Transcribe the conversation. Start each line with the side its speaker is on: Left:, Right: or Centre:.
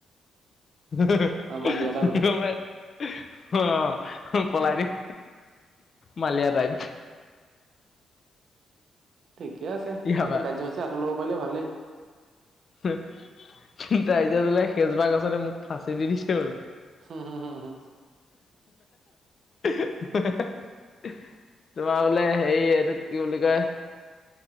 Left: হে
Right: আমাৰ মালিয়া দা হঁতে
Left: হে হে হে অহ পলাই
Right: উম
Left: দিম মালিয়া টাইপ।
Right: ঠিক ঠিকে আছে
Left: ইয়াৰ
Right: এইটো
Left: পৰা
Right: কাৰ্যসূচী হাতত ল'ব পাৰিলে ভালেই।
Left: তাৰি যেত বোলে সেইজোপা গছতে মোক ফাঁচি দি দিছে বোল
Right: হম হুম হুম
Left: তোমাৰ বোলে হেৰি এইটোক কি বুলি কয়